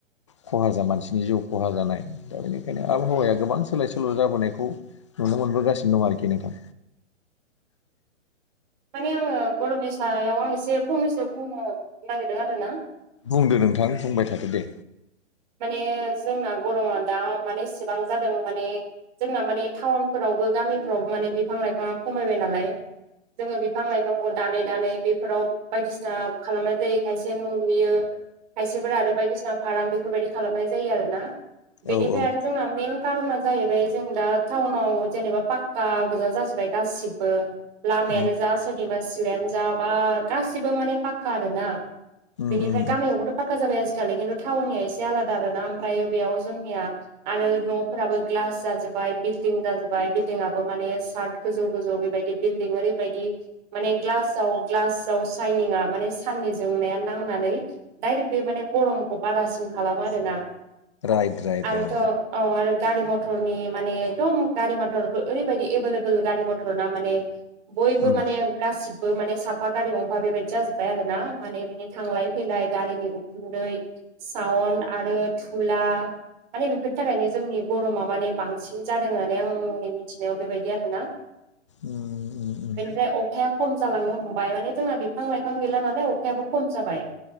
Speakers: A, on the left; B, on the right.
A: खहा जा मानसिनि जिउ खहा जानाय दा बेनिखायनो आबहावाया गोबां सोलाय सोल' जाबोनायखौ नुनो मोनबोगासिनो दं आरोखि नोंथां।
B: माने आङो गरमनि सायाव आं एसे फंनैसो बुंनो नागिरदों आरो ना।
A: बुंदो नोंथां बुंबाय थादो दे
B: माने जोंना गरमा दा माने इसेबां जादों माने जोंना माने टाउनफोरावबो गामिफ्रावबो माने बिफां लाइफाङा खमायबाय नालाय जोङो बिफां लाइफांखौ दानै-दानै बे- फोराव बायदिसिना खालामनाय जायो खायसे न' लुयो खायसेफोरा आरो बायदिसिना फाराम बे- फोरबायदि खालामनाय जायो आरोना बेनिफ्राय
A: औ औ
B: आरो जोंना मेइन कारोना जाहैबाय जों दा टाउनाव जेनेबा पाक्का गोजा जाजोबबाय गासिबो लामायानो
A: उम
B: जा सोरनिबा सिलायानो जा बा गासिबो माने पाक्का आरोना
A: उम
B: बेनिफ्राय
A: उम
B: गामियावबोथ'
A: उम
B: फाखा जाबाय आज- खालि खिन्थु थाउननि आ एसे आलादा आरो ना ओमफ्रायो बेयाव जोंनिया आरो न'फोराबो ग्लास जाजोब- बाय बिल्डिं जाजोबबाय बिल्डिंआबो माने सार्ट गोजौ गोजौ बेबायदि बिल्डिं ओरैबायदि माने ग्लासाव-ग्लासाव साइनिंआ माने साननि जोंनाया नांना- नै डाइरेक्ट बे माने गरमखौ बारासिन खालामो आरोना
A: राइट राइट
B: आरोथ'
A: औ
B: औ आरो गारि मथरनि माने एकदम गारि मथरबो ओरैबायदि एभेलेबल गारि मथर ना माने बयबो
A: उम
B: माने गासिबो माने साफा गारि गंफा बेबायदि जाजोब्बाय आरो ना माने बिनि थांलाय फैलाय गारिनि उखुन्दै साउन्ड आरो थुला माने बेफोरनि थाखायनो जोंनि गरमा माने बांसिन जादों होननानै आंनि मिथिनायाव बेबायदि आरोना
A: उम उम उम
B: बेनिफ्राय अखाया खम जालांनो हमबाय माने जोंना बिफां लाइफां गैला नालाय अखायाबो खम जाबाय